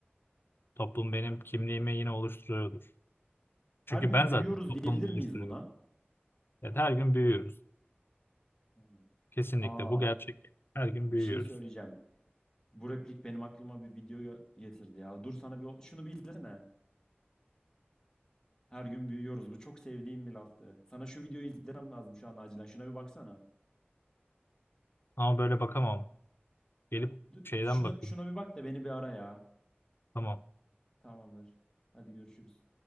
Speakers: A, on the left; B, on the left.
A: Toplum benim kimliğimi yine oluşturuyordur.
B: her
A: Çünkü
B: gün
A: ben
B: büyüyoruz
A: zaten toplumu
B: diyebilir miyiz
A: oluşturuyorum.
B: buna?
A: Yani her gün büyüyoruz.
B: Tamam.
A: Kesinlikle
B: Aa,
A: bu gerçek. Her gün
B: bir
A: büyüyoruz.
B: şey söyleyeceğim. Bu replik benim aklıma bir video getirdi ya. Dur sana bir şunu bir izlesene. Her gün büyüyoruz. Bu çok sevdiğim bir laftı. Sana şu videoyu izlemem lazım şu an acilen. Şuna bir baksana.
A: Ama böyle bakamam. Gelip
B: Dü-
A: şeyden
B: Şuna,
A: bakayım.
B: şuna bir bak da beni bir ara ya.
A: Tamam.
B: Tamamdır. Hadi görüşürüz.